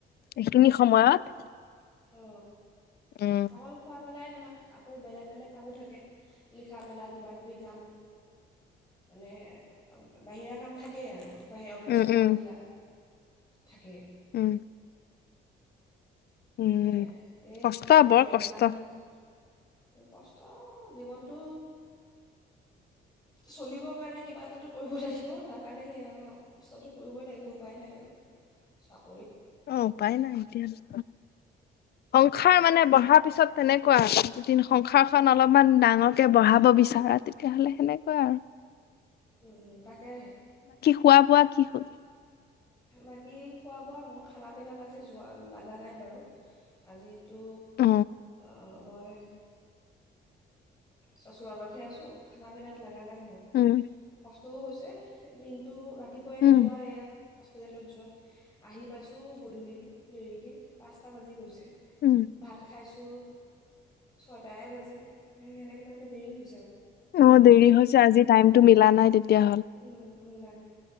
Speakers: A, on the left; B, on the left.
A: এইখিনি সময়ত
B: অ
A: উম
B: অকল খোৱা পেলাই ন আকৌ বেলেগ বেলেগ কামো থাকে লিখা মেলা কিবাকিবি কাম, মানে বাহিৰা কাম থাকেই আৰু। বাহে অফিচৰ
A: উম
B: কামবিলাক।
A: উম
B: থাকে
A: উম, উম
B: সেয়াই, এই
A: কষ্ট
B: মানে আৰু
A: বৰ
B: ডেৰ
A: কষ্ট
B: মাহমান- কষ্ট জীৱনটো। চলিব কাৰণে কিবা এটাতো কৰিব লাগিব, তাৰ কাৰণে সেয়া আকৌ কষ্টটো কৰিবই লাগিব, উপায় নাই আৰু। চাওক-
A: অ হউপাই নাই এতিয়া- সংসাৰ মানে বঢ়া পিছত তেনেকুৱা, যদি সংসাৰখন অলপমান ডাঙৰকে বঢ়াব বিচাৰা তেতিয়াহ'লে সেনেকুৱা আৰু।
B: উম, তাকে।
A: খোৱা-বোৱা কি হ'ল?
B: বাকী খোৱা-বোৱা মোৰ খানা-পিনাত আজি জোঁৱা লাগা নাই বাৰু। আজি- তু
A: অ
B: আ মই চচুৰালতহে আছোঁ, খানা পিনাত লগা নাই। মই
A: উম
B: কচ- তু হৈছে, দিনটো ৰাত তিপুৱাই
A: উম
B: যোৱা এয়া। হস্পিটালত যোৱা। আহি পাইছোঁ গধূলি দেৰিকে। পাঁচটা বাজি গৈছে।
A: উম
B: ভাত খাইছোঁ- ছয়টাই বাজে। সৈ সেনেকে তেনেকে দেৰি হৈ
A: অহ, দেৰি হৈছে, আজি টাইমতটো মিলা নাই তেতিয়া।
B: উম মিলা নাই।